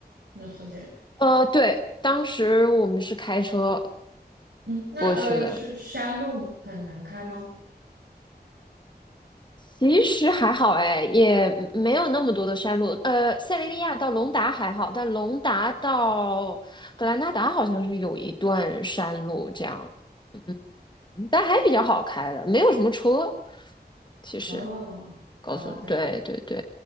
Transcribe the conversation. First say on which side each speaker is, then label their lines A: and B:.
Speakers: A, on the right (about 85°); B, on the left (about 25°).
A: 那附近？
B: 呃，对，当时我们是开车
A: 嗯，那呃是山路很难开吗？
B: 过去的，其实还好哎，也没有那么多的山路。呃，塞雷利亚到隆达还好，但隆达到格兰纳达好像是有一段山路这样，嗯，但还比较好开的，没有什么车。其实
A: 哦，
B: 告诉你，
A: 好的，
B: 对对对，